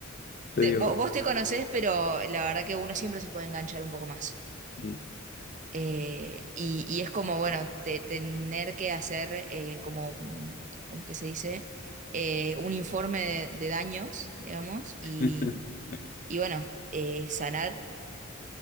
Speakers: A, on the left; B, on the right.
A: Te
B: Te-
A: digo.
B: vo-
A: que-
B: vos te conocés, pero la verdad que uno siempre se puede enganchar un poco más.
A: Mm.
B: Eh, y, y es como, bueno, te- tener que hacer eh, como, mm, ¿cómo es que se dice? Eh, un informe de, de daños, digamos, y,
A: <laughs>
B: y bueno, eh, sanar,